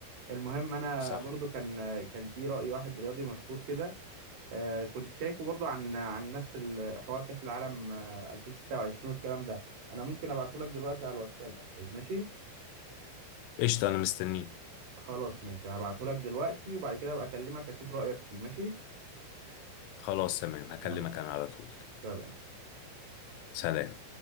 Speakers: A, on the right; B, on the left.
A: المهم انا
B: صح
A: برضو كان كان في رأي واحد رياضي مشهور كده آه، كنت شايفه برضو عن عن نفس ال- حوار كأس العالم آه، 2026 والكلام ده انا ممكن ابعته لك دلوقتي على الواتساب طيب، ماشي
B: قشطة أنا مستنيك
A: خلاص ماشي هبعته لك دلوقتي وبعد كده ابقى اكلمك اشوف رأيك فيه ماشي
B: خلاص تمام هكلمك
A: يلا
B: أنا على طول
A: سلام
B: سلام